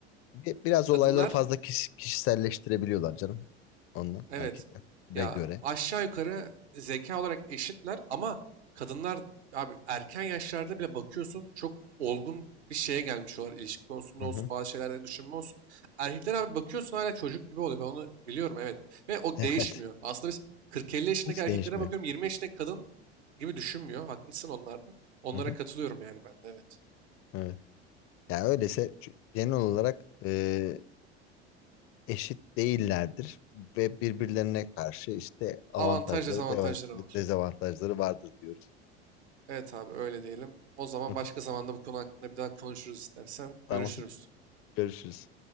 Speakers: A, on the left; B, on the right.
A: Bi- Biraz olayları
B: Kadınlar
A: fazla kiş- kişiselleştirebiliyorlar canım. Onlar
B: evet
A: erkeklere
B: ya
A: göre.
B: aşağı yukarı zeka olarak eşitler ama kadınlar abi erken yaşlarda bile bakıyorsun çok olgun bir şeye gelmiş olarak ilişki konusunda
A: Hı
B: olsun
A: hı.
B: bazı şeylerde düşünme olsun. Erkekler abi bakıyorsun hala çocuk gibi oluyor ben onu biliyorum evet ve o
A: <laughs>
B: değişmiyor.
A: Evet.
B: Aslında biz 40-50 yaşındaki
A: Hiç
B: erkeklere
A: değişmiyor.
B: bakıyorum 20 yaşındaki kadın gibi düşünmüyor haklısın onlarda. Onlara
A: Hı hı.
B: katılıyorum yani ben de evet.
A: Evet. Yani öyleyse çü- genel olarak e, eşit değillerdir ve birbirlerine karşı işte avantajları,
B: Avantaj dezavantajları
A: deva-
B: var.
A: dezavantajları vardır diyoruz.
B: Evet abi öyle diyelim. O zaman
A: Hı hı.
B: başka zamanda bu konu hakkında bir daha konuşuruz istersen.
A: Tamam.
B: Görüşürüz.
A: Görüşürüz.